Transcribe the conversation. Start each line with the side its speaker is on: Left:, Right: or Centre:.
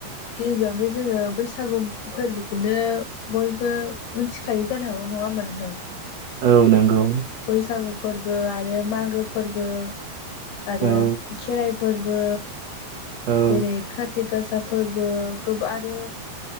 Left: गिबियावनो जोङो बैसागु फोरबोखौनो बयबो मिथिखायो जानो हागौ नङाहोमबा नोंथां?
Right: औ नंगौ।
Left: बैसागु फोरबो आरो मागो फोरबो आरो
Right: औ
Left: खेराइ फोरबो
Right: औ
Left: जेरै खाथि गासा फोरबो गोब आरो